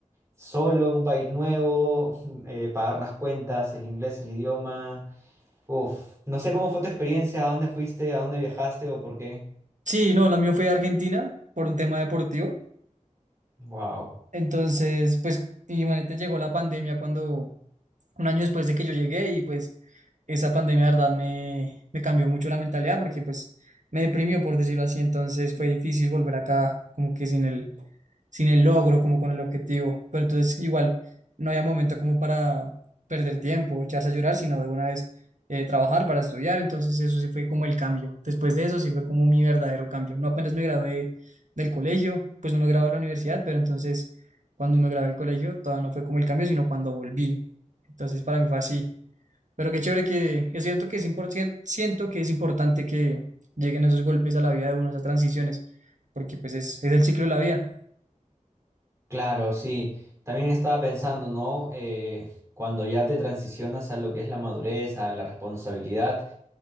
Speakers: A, on the right; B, on the right.
A: solo en un país nuevo, <laughs> eh, pagar las cuentas, el inglés, el idioma. Uf, no sé cómo fue tu experiencia, a dónde fuiste, a dónde viajaste o por qué.
B: Sí, no, la mía fue a Argentina por un tema deportivo.
A: Wow.
B: Entonces, pues, imagínate, llegó la pandemia cuando un año después de que yo llegué y pues esa pandemia, de verdad, me, me cambió mucho la mentalidad porque pues me deprimió, por decirlo así, entonces fue difícil volver acá como que sin el, sin el logro, como con el objetivo, pero entonces igual no había momento como para perder tiempo, echarse a llorar, sino de una vez eh, trabajar para estudiar, entonces eso sí fue como el cambio, después de eso sí fue como mi verdadero cambio, no apenas me gradué del colegio, pues no me gradué de la universidad, pero entonces cuando me gradué del colegio todavía no fue como el cambio, sino cuando volví. Entonces para mí fue así. Pero qué chévere que es cierto que es importante, siento que es importante que lleguen esos golpes a la vida de uno, esas transiciones, porque pues es, es el ciclo de la vida.
A: Claro, sí. También estaba pensando, ¿no? Eh, cuando ya te transicionas a lo que es la madurez, a la responsabilidad.